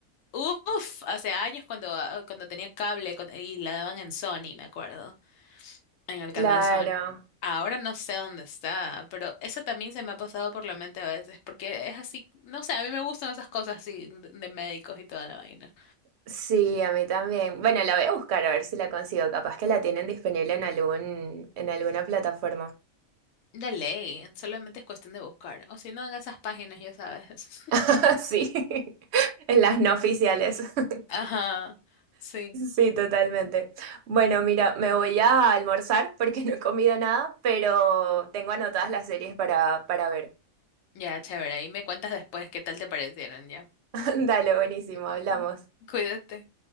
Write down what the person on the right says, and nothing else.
Claro,
sí, a mí también. Bueno, la voy a buscar a ver si la consigo. Capaz que la tienen disponible en algún, en alguna plataforma.
<laughs> Sí, <laughs> en las no oficiales. <laughs>
Sí, totalmente. Bueno, mira, me voy a almorzar porque no he comido nada, pero tengo anotadas las series para, para ver.
<laughs> Dale, buenísimo,
hablamos.